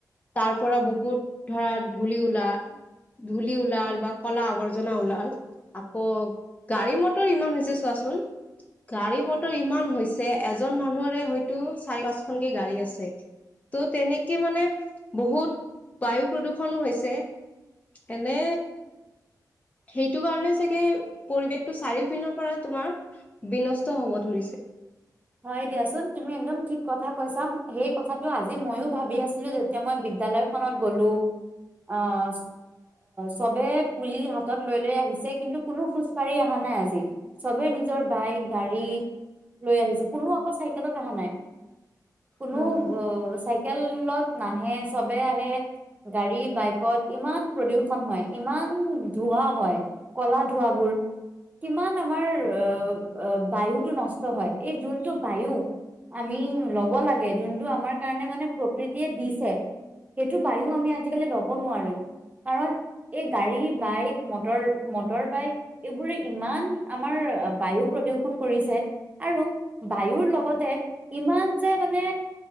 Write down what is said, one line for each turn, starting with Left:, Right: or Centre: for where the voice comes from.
Left: তাৰ পৰা বহুত ধৰা ধুলি ওলা ধূলি ওলাল বা কলা আৱৰ্জনা ওলাল আকৌ গাড়ী মটৰ ইমান হৈছে চোৱাচোন গাড়ী মটৰ ইমান হৈছে। যে এজন মানুহৰে হয়তো। চাৰি পাঁচখনকে গাড়ী আছে। ত' তেনেকে মানে বহুত বায়ু প্ৰদূৰষনো হৈছে এনে সেইটো কাৰণে চাগে পৰিৱেশটো চাৰিওপিনৰ পৰা তোমাৰ বিনষ্ট হব ধৰিছে।
Right: হয় দিয়াচোন তুমি একদম ঠিক কথা কৈছা সেই কথাটো আজি মইও ভাবি আছিলো যেতিয়া মই বিদ্যালয় খনত গলো আহ চবে পুলি হাতত লৈ লৈ আহিছে কিন্তু কোনো খোজ কঢ়ি অহা নাই আজি। চবে নিজৰ বাইক, গাড়ী লৈ আহিছে। কোনো আকৌ চাইকেলত অহা নাই। কোনো
Left: উম
Right: অ চাই কেলত নাহে চবে আহে গাড়ী বাইকত ইমান প্ৰদূষন হয় ইমান ধোৱা হয়। কলা ধোৱাবোৰ কিমান আমাৰ অ অ বায়ুটো নষ্ট হয়। এই যোন বায়ু আমি ল'ব লাগে যোনটো আমাৰ কাৰণে মানে প্ৰকৃতিয়ে দিছে। সেইটো বায়ু আমি আজিকালি লগ নোৱাৰো কাৰণ এই গাড়ী, বাইক, মটৰ, মটৰ বাইক এইবোৰে ইমান আমাৰ বায়ু প্ৰদূষণ কৰিছে। আৰু বায়ুৰ লগতে ইমান যে মানে